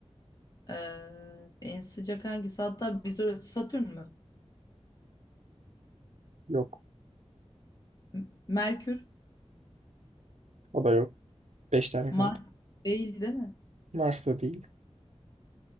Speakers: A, on the left; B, on the right.
A: Ee, en sıcak hangisi? Hatta biz orası Satürn mü?
B: Yok.
A: M- Merkür.
B: O da yok. 5 tane
A: Mars
B: kaldı.
A: değil değil mi?
B: Mars da değil.